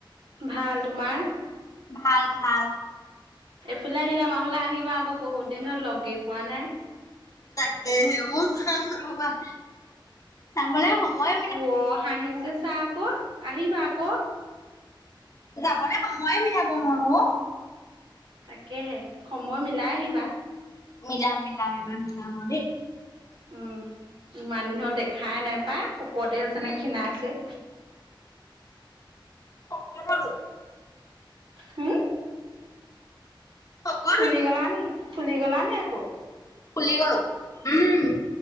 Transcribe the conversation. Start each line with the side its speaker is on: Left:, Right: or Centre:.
Right: ভাল তোমাৰ?
Left: ভাল -ভাল।
Right: এইফিলে আহিলে আমাৰ ফালে আহিবা আকৌ বহুত দিন হ'ল লগেই পোৱা নাই।
Left: তাকেহে অ, যাম ৰবা। চাবলে সময়
Right: <unintelligible> হাঁহিছে চাহ আক আহিবা আকৌ।
Left: যাবলে সময়ে মিলাব নোৱাৰো অ,
Right: তাকেহে সময় মিলাই আহিবা।
Left: মিলাম -মিলাম এইবাৰ মিলাম আও দে।
Right: উম, ইমান দিন হ'ল দেখাই নাই পায় শকতে হৈছে
Left: উম
Right: নে খীণাই ছেই।
Left: শকত হ'লো।
Right: হম?
Left: শকত
Right: ফুলি
Left: হলো।
Right: গলা নি-ফুলি গলা নি আকৌ?
Left: ফুলি গলোঁ উম।